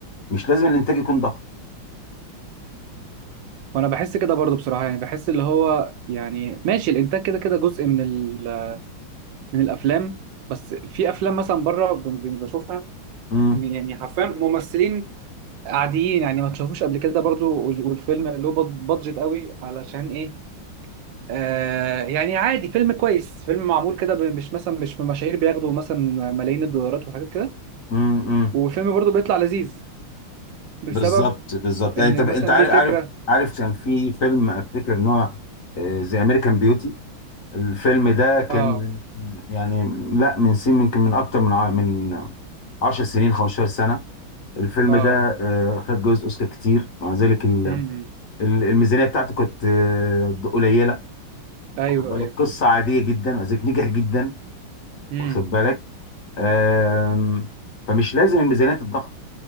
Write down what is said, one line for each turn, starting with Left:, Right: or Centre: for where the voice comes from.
Left: مش لازم الانتاج يكون ضخم
Right: وانا بحس كده برضه بصراحه يعني بحس اللي هو يعني ماشي الانتاج كده كده جزء من ال من الافلام بس في افلام مثلا بره بن- بن- بشوفها
Left: امم
Right: م- يعني حرفيا ممثلين عاديين يعني ما تشوفوش قبل كده برضو وال- والفيلم له باد- بادجت قوي علشان ايه آه يعني عادي فيلم كويس فيلم معمول كده ب- مش مثلا مش من مشاهير بياخدوا مثلا ملايين الدولارات وحاجات كده
Left: امم
Right: والفيلم برضو بيطلع لذيذ بسبب
Left: بالظبط بالظبط
Right: ان
Left: يعني انت انت
Right: مثلا ليه
Left: عارف
Right: فكرة
Left: عارف عارف كان في فيلم افتكر ان هو آه، زي امريكان بيوتي الفيلم ده كان
Right: اه
Left: من يعني لا من سن يمكن من اكتر من ع- من 10 سنين 15 سنه الفيلم
Right: اه
Left: ده آه، خد جوائز اوسكار كتير مع ذلك ال-
Right: امم
Left: ال- الميزانيه بتاعته كانت آه، قليله
Right: ايوه
Left: واخد بالك
Right: ايوه
Left: قصه عاديه جدا مع ذلك نجح جدا
Right: امم
Left: واخد بالك آم، فمش لازم الميزانيات الضخمه